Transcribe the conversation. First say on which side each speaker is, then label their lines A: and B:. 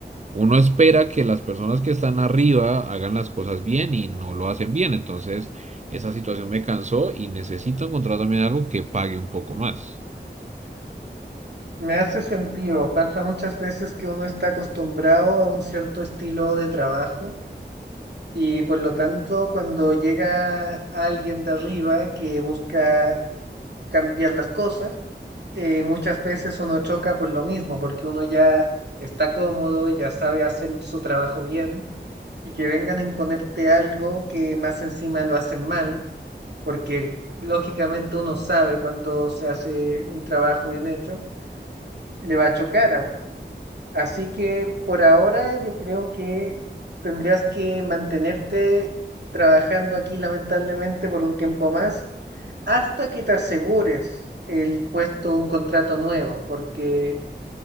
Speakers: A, on the right (about 40°); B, on the right (about 65°).
A: uno espera que las personas que están arriba hagan las cosas bien y no lo hacen bien. Entonces, esa situación me cansó y necesito encontrar también algo que pague un poco más.
B: Me hace sentido. Pasa muchas veces que uno está acostumbrado a un cierto estilo de trabajo y por lo tanto cuando llega alguien de arriba que busca cambiar las cosas, eh, muchas veces uno choca por lo mismo, porque uno ya está cómodo, ya sabe hacer su trabajo bien y que vengan a imponerte algo que más encima lo hacen mal, porque lógicamente uno sabe cuando se hace un trabajo bien hecho, le va a chocar a uno. Así que por ahora yo creo que tendrías que mantenerte trabajando aquí lamentablemente por un tiempo más hasta que te asegures el puesto, un contrato nuevo, porque